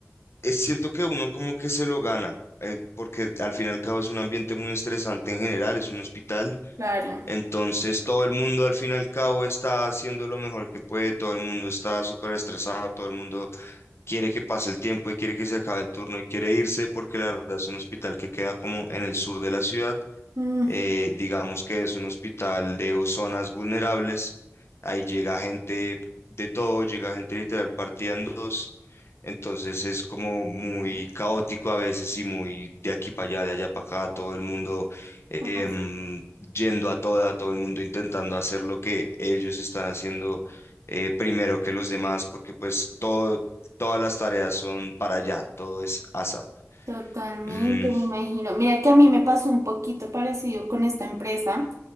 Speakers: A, on the left; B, on the right.
A: eh, siento que uno como que se lo gana, eh, porque al fin y al cabo es un ambiente muy estresante en general, es un hospital
B: claro.
A: Entonces todo el mundo al fin y al cabo está haciendo lo mejor que puede, todo el mundo está súper estresado, todo el mundo quiere que pase el tiempo y quiere que se acabe el turno y quiere irse porque la verdad es un hospital que queda como en el sur de la ciudad
B: Mm,
A: eh, digamos que es un hospital de o- zonas vulnerables, ahí llega gente de todo, llega gente literal partida en dos, entonces es como muy caótico a veces y muy de aquí para allá, de allá para acá, todo el mundo em,
B: ay,
A: yendo a toda, todo el mundo intentando hacer lo que ellos están haciendo eh, primero que los demás, porque pues todo, todas las tareas son para allá, todo es ASAP.
B: totalmente,
A: Mm.
B: me imagino. Mira que a mí me pasó un poquito parecido con esta empresa,